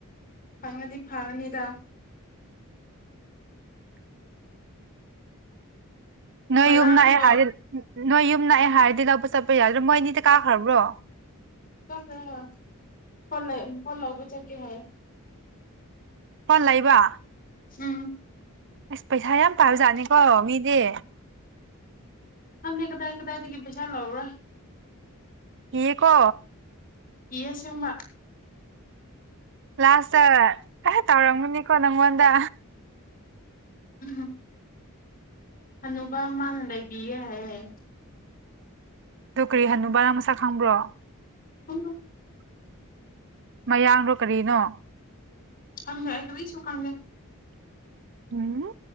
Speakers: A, on the left; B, on the right.
A: ꯐꯪꯉꯗꯤ ꯐꯒꯅꯤꯗ
B: ꯅꯣꯏ
A: ꯉꯔꯥꯡꯗꯣ
B: ꯌꯨꯝ ꯂꯥꯛꯑꯦ ꯍꯥꯏꯔꯗꯤ ꯅꯣꯏ ꯌꯨꯝ ꯂꯥꯛꯑꯦ ꯍꯥꯏꯔꯗꯤ ꯂꯧꯕ ꯆꯠꯄ ꯌꯥꯗꯔꯣ ꯃꯣꯏ ꯑꯅꯤꯗꯤ ꯀꯥꯈꯔꯥꯕꯔꯣ
A: ꯀꯥꯈꯔꯦ ꯍꯣꯏ ꯐꯣꯟ ꯐꯣꯟ ꯂꯧꯕ ꯆꯠꯀꯦ ꯍꯥꯏ
B: ꯐꯣꯟ ꯂꯩꯕ
A: ꯎꯝ
B: ꯑꯁ ꯄꯩꯁꯥ ꯌꯥꯝ ꯄꯥꯕ ꯖꯥꯠꯅꯤꯀꯣ ꯃꯤꯗꯤ
A: ꯈꯪꯗꯦ ꯀꯗꯥꯏ ꯀꯗꯥꯏꯇꯒꯤ ꯄꯩꯁꯥ ꯂꯧꯕ꯭ꯔꯥ
B: ꯀꯤꯌꯦꯀꯣ
A: ꯀꯤꯌꯦ ꯑꯁꯦꯡꯕ꯫
B: ꯂꯥꯁꯇ <unintelligible> ꯇꯧꯔꯝꯒꯅꯤꯀꯣ ꯅꯪꯉꯣꯟꯗ꯫
A: <inaudible> ꯍꯅꯨꯕ ꯑꯃꯅ ꯂꯩꯕꯤꯌꯦ ꯍꯥꯏꯌꯦ꯫
B: ꯑꯗꯨ ꯀꯔꯤ ꯍꯅꯨꯕꯔ ꯃꯁꯛ ꯈꯪꯕ꯭ꯔꯣ꯫
A: ꯎꯝ
B: ꯃꯌꯥꯡꯔꯤ ꯀꯔꯤꯅꯣ꯫
A: ꯈꯪꯗꯦ ꯑꯩ ꯀꯔꯤꯁꯨ ꯈꯪꯗꯦ꯫
B: ꯎꯝ꯫